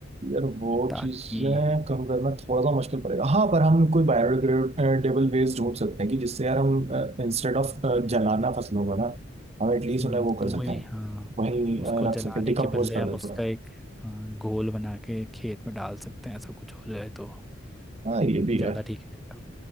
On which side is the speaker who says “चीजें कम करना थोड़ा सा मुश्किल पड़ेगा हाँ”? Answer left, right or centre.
Right